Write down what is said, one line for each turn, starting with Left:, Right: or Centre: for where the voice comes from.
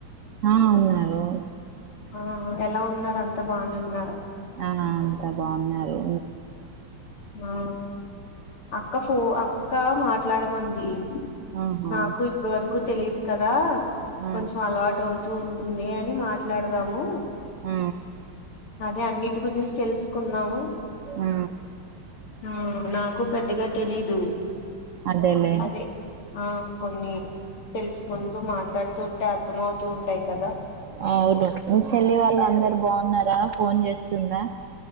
Right: ఆ ఉన్నారు
Left: ఆ ఎలా ఉన్నారు అంతా బాగానే ఉన్నార
Right: నానా అంతా బాగున్నారు
Left: ఆ అక్క ఫో అక్క మాట్లాడమంది
Right: ఆహా
Left: నాకు ఇప్పుడు వరకు తెలిదు కదా
Right: ఆ
Left: కొంచెం అలవాటు అవు వస్తూ ఉంటుంది అని మాట్లాడదాము
Right: ఆ
Left: అదే అన్నిటి గురించి తెలుసుకుందాము
Right: ఆ
Left: ఆ నాకు పెద్దగా తెలీదు
Right: అదేలే
Left: అదే ఆ కొన్ని తెలుసుకుంటూ మాట్లాడుతూ ఉంటే అర్థమవుతూ ఉంటాయి కదా
Right: అవును మీ చెల్లి వాళ్ళు అందరు బాగున్నారా ఫోన్ చేస్తుందా